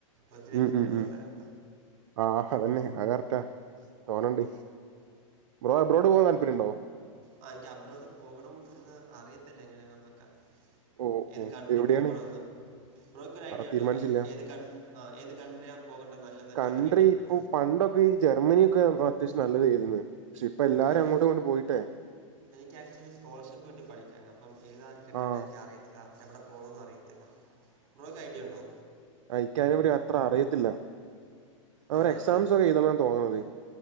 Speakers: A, on the right; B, on the right.
A: ഒത്തിരി എഞ്ചിനെഴസ്
B: ഉം ഉം ഉം
A: ഉണ്ടായിരണ്ട.
B: ആഹ് അതന്നെ അഹ് കറക്റ്റാ തോന്നണ്ട് ബ്രോ എബ്രോഡ് പോവാൻ താല്പര്യം ഉണ്ടോ.
A: ആഹ് എനിക്ക് അബ്രോഡ് പോകണം എന്ന് അറിയത്തില്ല എങ്ങനെയാന്നൊക്കെ.
B: ഓ
A: ഏത്
B: ഓ
A: കൺട്രി
B: എവിടെയാണ്
A: പോകണമെന്ന്. ബ്രോക്ക് ഒരു ഐഡിയ ഉണ്ടോ
B: തീരുമാനിച്ചില്ല
A: ഏത് കൺ ആഹ് ഏത് കൺട്രിയ ആണ് പോകേണ്ടത് നല്ലത് <unintelligible>
B: കൺട്രി
A: ഐഡിയ ഉണ്ടോ.
B: ഇപ്പൊ പണ്ടൊക്കെ ഈ ജർമ്മനിയൊക്കെ അത്യാവശ്യം നല്ലതായിരുന്നു പക്ഷെ ഇപ്പൊ എല്ലാരും
A: ആ, എനിക്ക്
B: അങ്ങോട്ടും ഇങ്ങോട്ടും പോയിട്ടേ.
A: എനിക്ക് ആക്ച്ലി സ്കോളർഷിപ്പ് കിട്ടി പഠിക്കാൻ അപ്പം <unintelligible> കിട്ടേണ്ട
B: ആഹ്
A: എനിക്ക് അിയത്തില്ല. എവിടെ പോകണോന്ന് അറിയത്തില്ല ബ്രാക്ക് ഐഡിയ ഉണ്ടോ.
B: ആഹ് ഇക്ക് അയ്ന പറ്റി അത്ര അറിയത്തില്ല അവരെ
A: ആണല്ലേ
B: എക്സാംസ് ഒക്കെ എഴതണാണ് തോന്നണത്